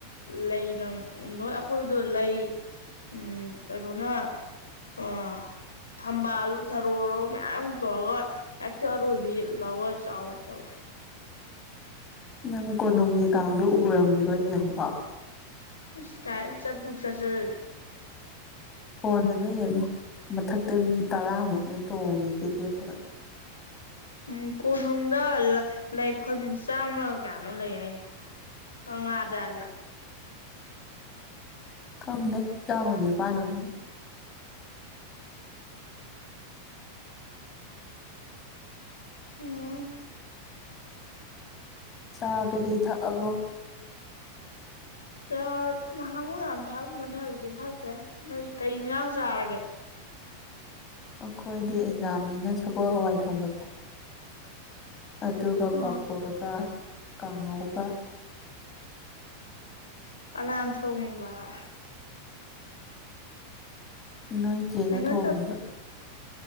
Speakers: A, on the left; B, on the left.
A: ꯂꯩꯅ ꯅꯣꯏ ꯑꯈꯣꯏꯗꯣ ꯂꯩ ꯎꯝ ꯀꯔꯣꯅ ꯑꯥ ꯊꯝꯕꯥꯜꯂꯣ ꯊꯔꯣꯔꯣ ꯃꯌꯥꯝ ꯇꯧꯔꯒ ꯍꯦꯛꯇ ꯑꯔꯣꯏꯕꯤ ꯂꯋꯥ ꯆꯥꯎꯅ ꯇꯧꯋꯦ
B: ꯅꯪ ꯀꯣꯅꯨꯡꯒꯤ ꯀꯥꯡꯗꯣ ꯎꯔꯝꯒꯤꯔꯣꯏꯅꯦ ꯑꯃꯨꯛꯐꯥꯎ
A: ꯑꯁ ꯀꯥꯏ ꯆꯠꯕꯨꯛ ꯆꯠꯖꯗꯔ꯭ꯤ
B: ꯐꯣꯟꯗꯒ ꯌꯦꯡꯉꯨ ꯃꯊꯛꯇ ꯃꯤ ꯇꯔꯥꯃꯨꯛꯅꯦ ꯇꯣꯡꯉꯤꯖꯦ ꯂꯦꯞꯄꯒ
A: ꯎꯝ ꯀꯣꯅꯨꯡꯗ ꯂ ꯂꯥꯏꯐꯝ ꯆꯥꯝꯃ ꯒ ꯀꯌꯥꯅꯣ ꯂꯩ ꯍꯥꯏꯅꯦ ꯀꯪꯂꯥꯗ ꯍꯥꯏꯕ꯭ꯔ
B: ꯈꯪꯗꯦ ꯆꯥꯝꯃꯒꯅꯤꯄꯥꯥꯟ ꯑꯣꯏꯔꯝꯅꯤ
A: <inaudible> ꯎꯝ
B: ꯆꯥ ꯀꯩꯀꯩ ꯊꯛꯑꯕꯣ
A: ꯆꯥ ꯅꯍꯥꯃꯨꯛ ꯌꯥꯝ ꯊꯛꯑꯝꯕꯅꯦ ꯍꯧꯖꯤꯛꯇꯤ ꯊꯛꯇ꯭ꯔꯦ ꯅꯣꯏ ꯀꯩ ꯏꯟꯖꯥꯡ ꯆꯥꯔꯒꯦ꯫
B: ꯑꯈꯣꯏꯗꯤ ꯑꯦꯛꯖꯥꯝꯅꯤꯅ ꯁꯒꯣꯜ ꯍꯋꯥꯏ ꯊꯣꯡꯕ ꯆꯥꯏ ꯫ ꯑꯗꯨꯒ
A: ꯑ
B: ꯄꯐꯣꯔꯒ ꯀꯥꯡꯉꯧꯒ ꯫
A: ꯀꯅꯥꯟ ꯊꯣꯡꯉꯤꯕ ꯫
B: ꯅꯣꯏ ꯆꯦꯅ
A: ꯀꯩꯅꯣ
B: ꯊꯣꯡꯉꯤꯕ ꯫